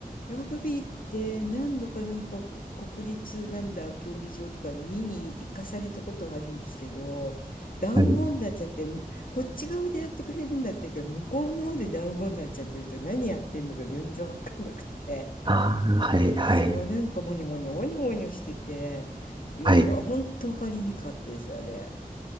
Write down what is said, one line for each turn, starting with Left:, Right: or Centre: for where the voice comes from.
Left: ラグビーって何度かなんか国立なんだ競技場とか見に行かされたことはあるんですけど、団子になっちゃって、
Right: はい。
Left: こっち側でやってくれるんだったけど、向こうの方で団子になっちゃってると何やってんのか全然わかんなくて、
Right: ああ、はい、はい、
Left: そう、なんかモニョモニョ、モニョモニョしてて、よ、
Right: はい。
Left: わ、ほんとわかりにくかったです、あれ。